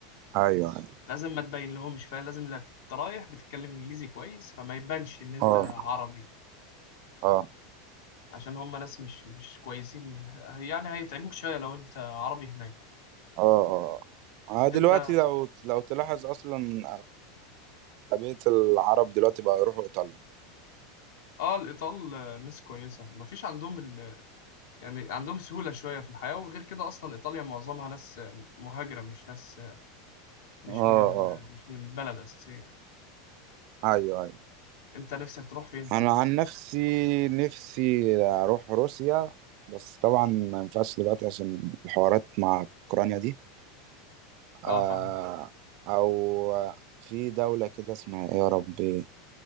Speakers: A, on the right (about 50°); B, on the left (about 75°).
A: ايوه ايوه
B: لازم ما تبين لهمش فاهم لازم لا أنت رايح بتتكلم إنجليزي كويس فما يبانش إن أنت
A: أه.
B: عربي
A: اه
B: عشان هم ناس مش مش كويسين مش يعني هيتعبوك شوية لو أنت عربي هناك
A: اه اه آه، دلوقتي
B: أنت
A: لو لو تلاحظ اصلا اغلبيه العرب دلوقتي بقى يروحوا ايطاليا
B: آه الإيطال آه، ناس كويسة مفيش عندهم ال... يعني عندهم سهولة شوية في الحياة وغير كده أصلا إيطاليا معظمها ناس آه، مهاجرة مش ناس آه، مش
A: اه
B: من ال...
A: اه
B: مش من البلد أساسية
A: ايوه ايوه
B: انت نفسك تروح فين طيب
A: انا عن نفسي نفسي اروح روسيا بس طبعا ما ينفعش دلوقتي عشان الحوارات مع اوكرانيا دي
B: اه
A: آه
B: فاهمك
A: او في دولة كده اسمها ايه يا ربي